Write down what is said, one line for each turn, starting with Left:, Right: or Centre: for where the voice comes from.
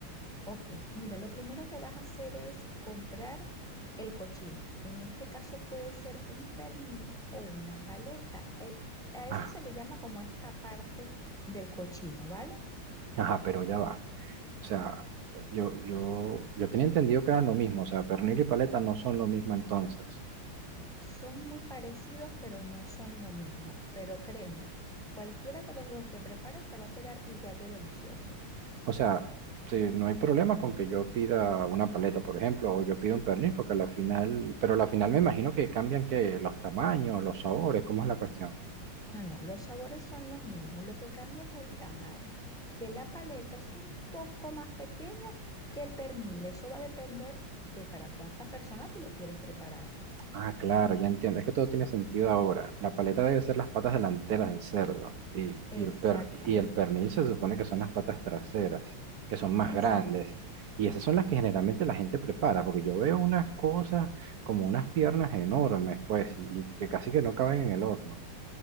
Centre: Ok, mira, lo primero que vas a hacer es comprar el cochino. En este caso puede ser un pernil o una paleta. Eh, A eso
Right: Ah,
Centre: se le llama como esta parte del cochino, ¿vale?
Right: Ajá, pero ya va. O sea, yo, yo, yo tenía entendido que eran lo mismo. O sea, pernil y paleta no son lo mismo entonces.
Centre: Son muy parecidos, pero no son lo mismo. Pero créeme, cualquiera de los dos que prepares te va a quedar igual de delicioso.
Right: O sea, sí, no hay problema con que yo pida una paleta, por ejemplo, o yo pido un pernil, porque a la final, pero a la final me imagino que cambian que los tamaños, los sabores, ¿cómo es la cuestión?
Centre: No, no, los sabores son los mismos, lo que cambia es el tamaño, que la paleta es un poco más pequeña que el pernil, eso va a depender de para cuántas personas tú lo quieres preparar.
Right: Ah, claro, ya entiendo. Es que todo tiene sentido ahora. La paleta debe ser las patas delanteras del cerdo y, y
Centre: Exactamente,
Right: el per- y el pernil se supone que son las patas traseras, que son más
Centre: exacto.
Right: grandes. Y esas son las que generalmente la gente prepara, porque yo veo unas cosas como unas piernas enormes, pues, y, y que casi que no caben en el horno.